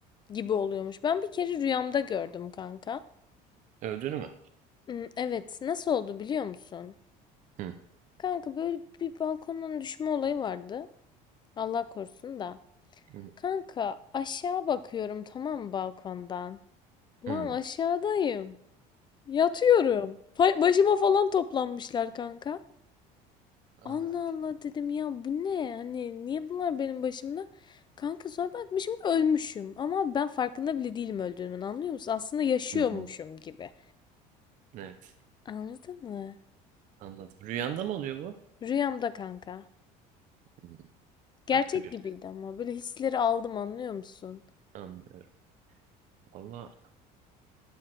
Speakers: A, on the left (about 25°); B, on the right (about 50°).
A: gibi oluyormuş. Ben bir kere rüyamda gördüm kanka.
B: Öldüğünü mü?
A: Hmm, Evet nasıl oldu biliyor musun?
B: Hı,
A: Kanka böyle bir balkondan düşme olayı vardı. Allah korusun da.
B: hı,
A: Kanka aşağı bakıyorum tamam mı balkondan. Lan
B: hı.
A: aşağıdayım. Yatıyorum. Fa- Başıma falan toplanmışlar kanka.
B: Aa,
A: Allah Allah dedim ya bu ne? Hani niye bunlar benim başımda? Kanka sonra bakmışım ölmüşüm. Ama ben farkında bile değilim öldüğümün anlıyor musun? Aslında yaşıyormuşum
B: hı, hı.
A: gibi.
B: Evet.
A: Anladın mı?
B: Anladım. Rüyanda mı oluyor bu?
A: Rüyamda kanka.
B: Hı,
A: Gerçek
B: farklı bir.
A: gibiydi ama böyle hisleri aldım anlıyor musun?
B: Anlıyorum. Valla